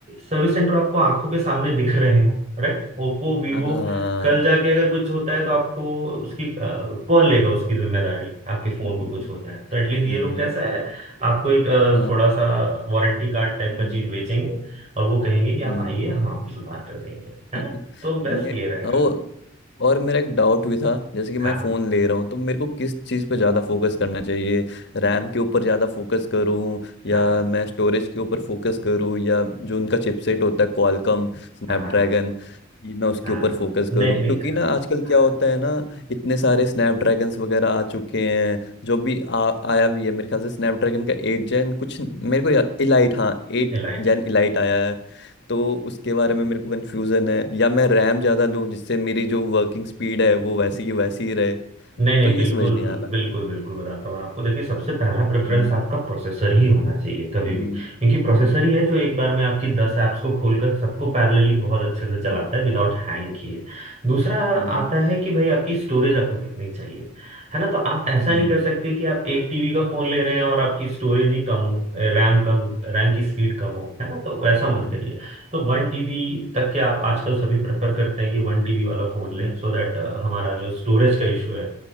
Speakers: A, on the right; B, on the left.
A: सर्विस सेंटर आपको आंखों के सामने दिख रहे हो राइट Oppo Vivo
B: हाँ हाँ,
A: कल जाके अगर कुछ होता है तो आपको उसकी अ, कौन लेगा उसकी जिम्मेदारी आपके
B: <laughs>
A: फोन को कुछ होता है तो एटलीस्ट ये
B: ये
A: लोग
B: भी
A: कैसा
B: है
A: है आपको एक अ,
B: हाँ
A: थोड़ा सा वारंटी कार्ड टाइप
B: हम्म,
A: का चीज बेचेंगे और वो कहेंगे कि
B: हम्म,
A: आप आइए हम आपको सुधार कर देंगे है
B: <laughs>
A: ना तो बेस्ट
B: मे
A: ये रहेगा
B: वो और मेरा एक डाउट भी था जैसे कि
A: हाँ
B: मैं फ़ोन
A: हाँ
B: ले रहा हूँ तो मेरे को किस चीज़ पे ज़्यादा फोकस करना चाहिए रैम के ऊपर ज़्यादा फोकस करूँ या
A: हाँ
B: मैं स्टोरेज के ऊपर फोकस करूँ या जो उनका चिपसेट होता है क्वालकॉम स्नैपड्रैगन
A: हाँ हाँ हाँ
B: ये मैं उसके
A: हाँ
B: ऊपर
A: हाँ हाँ
B: फोकस
A: नहीं
B: करूँ
A: नहीं
B: क्योंकि
A: अ,
B: ना आजकल
A: हाँ
B: क्या होता है ना इतने सारे स्नैपड्रैगन्स वगैरह आ चुके हैं जो भी आ, आया भी है मेरे ख्याल से स्नैपड्रैगन का एट जेन कुछ मेरे को इलाइट हाँ एट
A: एलाइट
B: जेन इलाइट आया है तो उसके बारे में मेरे को कन्फ्यूज़न है या मैं रैम ज़्यादा लूँ जिससे मेरी जो वर्किंग स्पीड है वो वैसी की वैसी ही रहे
A: नहीं नहीं
B: तो ये
A: बिल्कुल
B: समझ नहीं आ रहा
A: बिल्कुल बिल्कुल बताता हूँ मैं आपको देखिए सबसे पहला प्रेफरेंस
B: हम्म
A: आपका प्रोसेसर ही होना चाहिए कभी
B: हम्म
A: भी क्योंकि प्रोसेसर
B: हम्म
A: ही है जो एक बार में आपकी दस ऐप्स को खोलकर सबको पैरेलली बहुत अच्छे से चलाता
B: हम्म
A: है विदाउट हैंग किए दूसरा
B: हम्म,
A: आता है कि भाई आपकी स्टोरेज आपको कितनी चाहिए है ना तो आप ऐसा
B: हम्म,
A: नहीं कर सकते कि आप एक टीबी का फोन ले रहे हैं और आपकी स्टोरेज ही कम हो रैम कम रैम की स्पीड कम हो है ना तो वैसा
B: हम्म,
A: मत करिए तो वन टीबी तक के आप आजकल सभी प्रेफर करते हैं कि वन टीबी वाला फोन
B: हम्म,
A: लें सो दैट हमारा जो स्टोरेज का इशू है